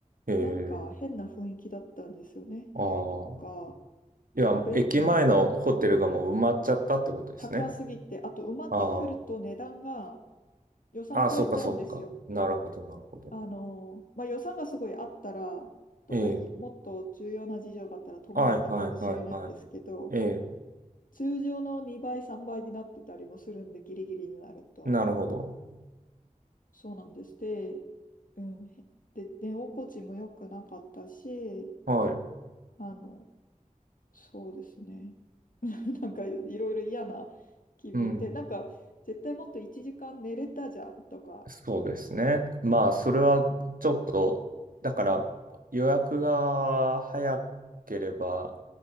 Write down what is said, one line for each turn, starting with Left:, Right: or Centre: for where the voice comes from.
Right: ええ、
Left: なんか変な雰囲気だったんですよね部屋とか
Right: ああ、いや、
Left: あとベッドも
Right: 駅前のホテルがもう埋まっちゃったってことですね。
Left: 高すぎてあと埋まってくると値段が
Right: あ
Left: 予算超えちゃうんですよ。
Right: あ、ああ、そうか、そうか。なるほど、なるほど。
Left: あの、まあ、予算がすごいあったら、とか、
Right: ええ、
Left: いもっと重要な事情があったら泊まれたかもしれないんですけど、
Right: はい、はい、はい、はい。ええ、
Left: 通常の2倍、3倍になってたりもするんで、ギリギリになると。
Right: なるほど。
Left: そうなんです。で、うん。で、寝心地も良くなかったし、
Right: はい。
Left: あの、そうですね。<laughs> なんか、いろいろ嫌な気分で、
Right: うん。
Left: なんか、絶対もっと1時間寝れたじゃんとか、
Right: そうですね。まあ、それはちょっと、だから予約が早ければ、